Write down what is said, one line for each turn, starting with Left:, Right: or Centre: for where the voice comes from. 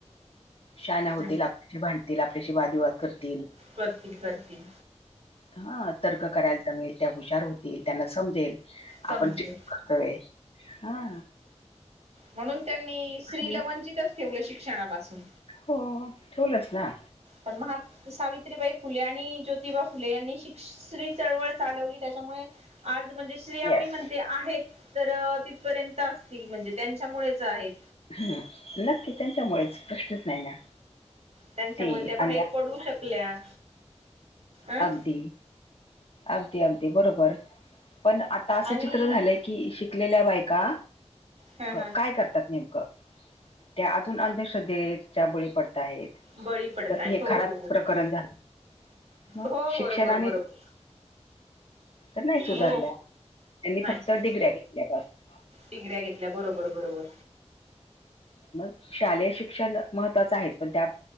Left: शना होतील
Right: हम्
Left: आपल्याशी भांडतील आपल्याशी वादविवाद करतील.
Right: करती करतील.
Left: हा तर्क करायला जमेल त्या हुशार होतील त्यांना समजेल.
Right: समजेल
Left: आपण ज करतो हा.
Right: म्हणून त्यांनी स्त्रीला
Left: आणि
Right: वंचितच ठेवलं शिक्षणापासून
Left: हो ठेवलंच ना.
Right: पण महात सावित्रीबाई फुले आणि ज्योतिबा फुले यांनी शिक्ष चळवळ चालवली त्याच्यामुळे आज म्हणजे श्रीयाममी
Left: येस.
Right: म्हणते आहेत. तर तिथपर्यंत असतील म्हणजे त्यांच्यामुळेच आहेत.
Left: ह नक्की त्यांच्यामुळेच प्रश्नच नाही ना.
Right: त्यांच्यामुळे
Left: ते
Right: त्या बाहेर
Left: आणि
Right: पडू शकल्या. अं
Left: अगदी अगदी अगदी बरोबर पण आ. असं
Right: आणि
Left: चित्र झालंय की शिकलेल्या बायका
Right: हा हा
Left: काय करतात नेमकं. त्या अजून अंधश्रद्धेच्या बळी पडत आहेत
Right: बळी पडतायत
Left: तर हे
Right: हो
Left: खराच
Right: हो हो
Left: प्रकरण झालं. मग
Right: हो
Left: शिक्षणाने
Right: बरोबर बरोबर
Left: तर नाही सुधारल्या
Right: हो
Left: त्यांनी
Right: नाही
Left: फक्त
Right: सु
Left: डिग्र्या घेतल्यापासून
Right: डिग्र्या घेतल्या बरोबर बरोबर.
Left: मग शालेय शिक्षण महत्वाचं आहे पण त्या